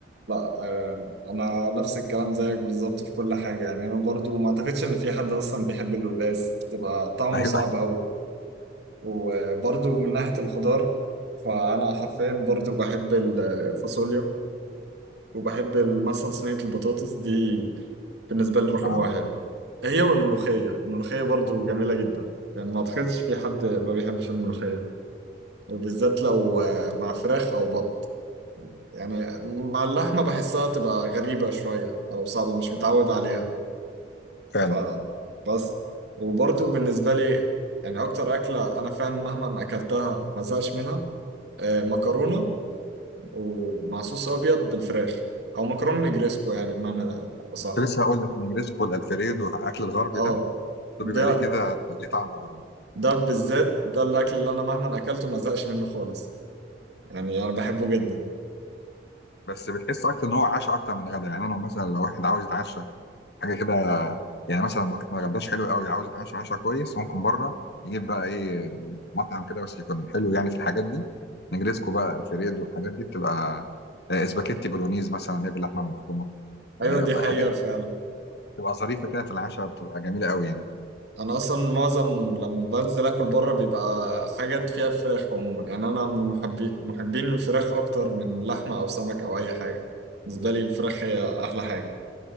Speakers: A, on the right; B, on the left.
A: لا آه، أنا نفس الكلام زيك بالظبط في كل حاجة يعني أنا برضو ما أعتقدش إن في حد أصلا بيحب القلقاس تبقى طعمه
B: <laughs> ايوه
A: صعب أوي وبرضو من ناحية الخضار فأنا حرفيا برضو بحب الفاصوليا وبحب مثلا صينية البطاطس دي بالنسبة لي رقم
B: اه
A: واحد هي والملوخية الملوخية برضو جميلة جدا يعني ما أعتقدش في حد ما بيحبش الملوخية وبالذات لو آه، مع فراخ أو بط يعني مع اللحمة بحسها تبقى غريبة شوية أو صعبة مش متعود عليها
B: فعلا
A: فبس وبرضو بالنسبة لي يعني أكتر أكلة أنا فعلا مهما أكلتها ما زهقش منها آه، مكرونة ومع صوص أبيض بالفراخ أو مكرونة نجريسكو يعني بمعنى أصح
B: كنت لسه هقول لك النجريسكو والالفريدو الاكل الغربي
A: اه
B: ده ده بيبقى
A: ده
B: ليه كده ليه طعمه برضه
A: ده بالذات ده الاكل اللي انا مهما اكلته ما زهقش منه خالص يعني انا بحبه جدا
B: بس بتحس اكتر ان هو عشاء اكتر من غدا يعني انا مثلا لو واحد عاوز يتعشى حاجه كده يعني مثلا ما ما غداش حلو قوي عاوز يتعشى عشاء كويس ممكن بره يجيب بقى ايه مطعم كده بس يكون حلو يعني في الحاجات دي نجريسكو بقى الفريد والحاجات دي بتبقى آه، اسباجيتي بولونيز مثلا اللي هي باللحمه المفرومه آه،
A: ايوه دي حقيقة
B: الحاجات دي
A: فعلا
B: بتبقى ظريفه كده في العشاء بتبقى جميله قوي يعني
A: انا اصلا معظم لما بنزل اكل بره بيبقى حاجات فيها فراخ عموما يعني انا من محبي محبين الفراخ اكتر من لحمة او سمك او اي حاجة بالنسبة لي الفراخ هي احلى حاجة